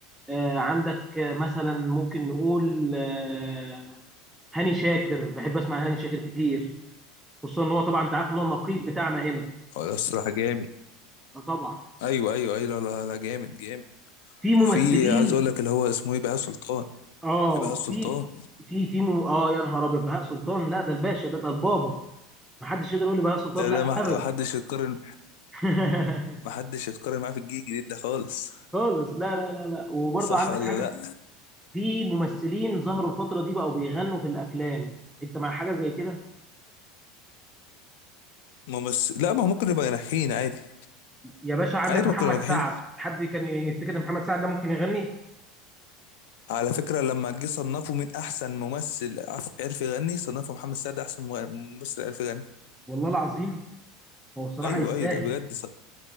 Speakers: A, in the centre; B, on the left (about 75°).
A: آه، عندك آه، مثلا ممكن نقول آه، هاني شاكر بحب اسمع هاني شاكر كتير خصوصا ان هو طبعا انت عارف ان هو النقيب بتاعنا هنا
B: اه الصراحه جامد
A: فطبعا
B: ايوه ايوه ايوه لا لا لا جامد جامد
A: في ممثلين
B: وفي عايز اقول لك اللي هو اسمه ايه بهاء سلطان
A: اه
B: في بهاء سلطان
A: في في في مو... اه يا نهار ابيض بهاء سلطان لا ده الباشا ده ده البابا محدش يقدر يقول لي بهاء سلطان
B: ده
A: لا
B: ده ما
A: ابدا
B: ما حدش يتقارن
A: <laughs>
B: ما حدش يتقارن معاه في الجيل الجديد ده خالص
A: خالص لا لا لا لا وبرضه
B: صح
A: عندك
B: ولا
A: حاجه
B: لا
A: في ممثلين ظهروا الفتره دي بقوا بيغنوا في الافلام انت مع حاجه زي كده
B: ممثل لا ما هو ممكن يبقى ناجحين عادي
A: يا باشا عندك
B: عادي
A: محمد
B: ممكن يبقى
A: سعد
B: ناجحين
A: حد كان يفتكر ان محمد سعد ده ممكن يغني
B: على فكرة لما جه صنفوا من أحسن ممثل عف- عرف يغني صنفوا محمد سعد أحسن مغ- ممثل عرف يغني
A: والله العظيم هو بصراحه
B: أيوه
A: يستاهل
B: أيوه ده بجد ص-